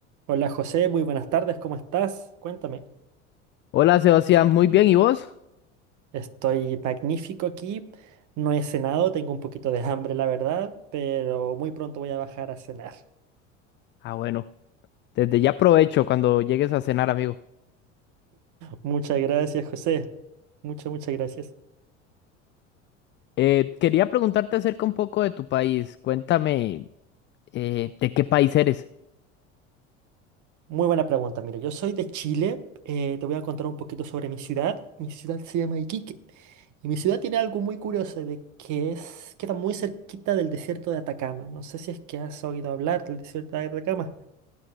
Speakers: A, on the right (about 50°); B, on the left (about 30°).
A: Hola José, muy buenas tardes, ¿cómo estás? Cuéntame.
B: Hola Sebastián, muy bien, ¿y vos?
A: Estoy magnífico aquí, no he cenado, tengo un poquito de hambre la verdad, pero muy pronto voy a bajar a cenar.
B: Ah, bueno, desde ya aprovecho cuando llegues a cenar, amigo.
A: Muchas gracias José, muchas, muchas gracias.
B: Eh, quería preguntarte acerca un poco de tu país. Cuéntame, eh, ¿de qué país eres?
A: Muy buena pregunta, mira, yo soy de Chile, eh, te voy a contar un poquito sobre mi ciudad. Mi ciudad se llama Iquique y mi ciudad tiene algo muy curioso de que es, queda muy cerquita del desierto de Atacama. No sé si es que has oído hablar del desierto de Atacama.